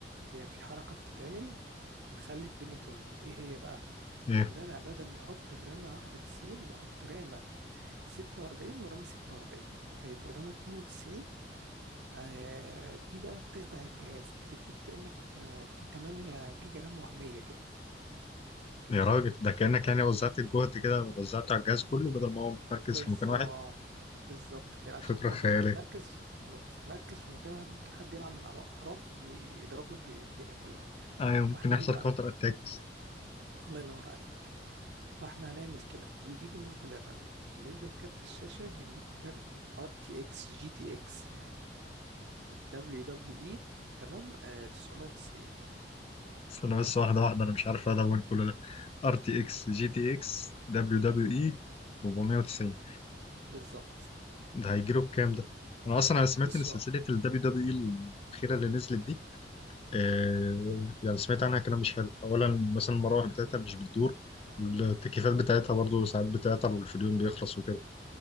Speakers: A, on the right (about 70°); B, on the left (about 35°).
A: هي في حركة بتتعمل بتخلي الدنيا تظبط ايه هي بقى
B: ايه
A: ان انا بدل ما احط الرامة واحدة 90 بحط رامة 46 ورامة 46 فيبقوا رامة 92 آه دي بقى بتخدع الجهاز بتديك كأنك آه في 8 جيجا رام وهمية كده
B: يا راجل ده كانك يعني وزعت الجهد كده وزعته على الجهاز كله بدل ما هو متمركز
A: بالظبط
B: في مكان واحد
A: بالظبط كده عشان
B: فكره
A: لما
B: خياليه
A: بتتمركز لما بتتمركز في مكان واحد ممكن حد يلعب من على الأطراف ي- يضرب لك الدنيا كلها
B: ايوه
A: فاحنا
B: ممكن يحصل
A: ايه بقى
B: كاونتر اتاك بس
A: الله ينور عليك فاحنا هنعمل كده دي دي بالنسبه للرامات بالنسبه لكارت الشاشه هنجيب كارت ار تي اكس جي تي اكس دبليو دبليو اي تمام آه 990
B: استنى بس واحدة واحدة أنا مش عارف أدون كل ده ار تي اكس جي تي اكس دبليو دبليو اي 490
A: بالظبط
B: ده هيجيله بكام ده؟ أنا أصلا أنا سمعت
A: بص
B: إن سلسلة
A: هو
B: ال دبليو دبليو اي الأخيرة اللي نزلت دي آه يعني سمعت عنها كلام مش حلو أولا مثلا المراوح بتاعتها مش بتدور والتكييفات بتاعتها برضه ساعات بتعطل والفيديو بيخلص وكده